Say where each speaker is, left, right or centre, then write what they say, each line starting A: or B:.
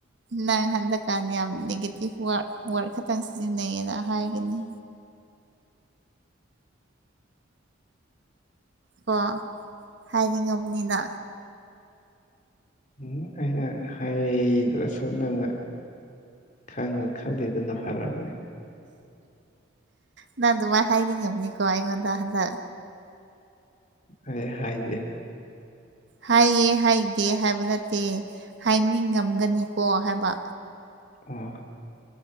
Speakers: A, on the right; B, on the left.
A: ꯅꯪ ꯍꯟꯗꯛꯀꯥꯟ ꯌꯥꯝ ꯅꯦꯒꯦꯇꯤꯞ ꯋꯥꯔꯗ ꯋꯥꯔꯗ ꯈꯇꯪ ꯁꯤꯖꯤꯟꯅꯩꯌꯦꯅ ꯍꯥꯏꯒꯅꯤ ꯀꯣ ꯍꯥꯏꯗꯤ ꯉꯝꯅꯤꯅ
B: ꯎꯝ ꯑꯩꯅ ꯍꯥꯏꯗ꯭ꯔꯁꯨ ꯅꯪꯅ ꯈꯪꯅ ꯈꯜꯂꯤꯗꯨꯅ ꯐꯔꯕꯅꯦ
A: ꯅꯪ ꯑꯗꯨꯃꯥꯏ ꯍꯥꯏꯅꯤꯉꯝꯅꯤꯀꯣ ꯑꯩꯉꯣꯟꯗ ꯍꯟꯗꯛ
B: ꯑꯩ ꯍꯥꯏꯗꯦ
A: ꯍꯥꯏꯌꯦ ꯍꯥꯏꯗꯦ ꯍꯥꯏꯕ ꯅꯠꯇꯦ ꯍꯥꯏꯅꯤꯡꯉꯝꯒꯅꯤꯀꯣ ꯍꯥꯏꯕ
B: ꯑꯣ